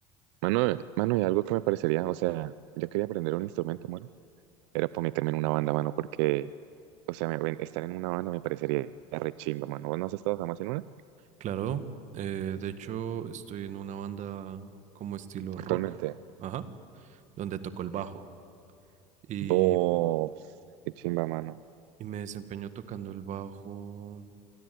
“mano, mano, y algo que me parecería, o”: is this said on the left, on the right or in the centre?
Right